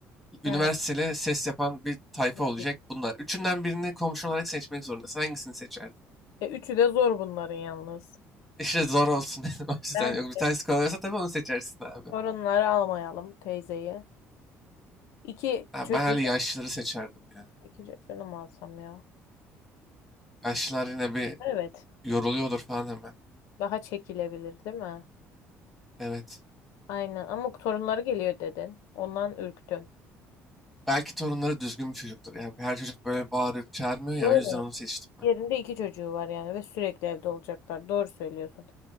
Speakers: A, in the centre; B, on the left.
A: Üniversiteli
B: Ha.
A: ses yapan bir tayfa
B: peki.
A: olacak bunlar. Üçünden birini komşu olarak seçmek zorundasın. Hangisini seçerdin?
B: E, üçü de zor bunların yalnız.
A: <laughs> İşte zor olsun <laughs> dedim. O yüzden
B: Bence
A: yok bir tanesi kolay tabii onu seçersin abi.
B: sorunları almayalım teyzeyi. İki
A: Ha,
B: çocuğu,
A: ben hani yaşlıları seçerdim ya.
B: iki çocuğunu mu alsam ya?
A: Yaşlılar yine bir
B: Evet.
A: yoruluyordur falan hemen.
B: Daha çekilebilir değil mi?
A: Evet.
B: Aynen ama torunları geliyor dedin. Ondan ürktüm.
A: Belki torunları düzgün bir çocuktur. Yani her çocuk böyle bağırıp çağırmıyor ya
B: Doğru.
A: o yüzden onu seçtim ben.
B: Yerinde iki çocuğu var yani ve sürekli evde olacaklar. Doğru söylüyorsun.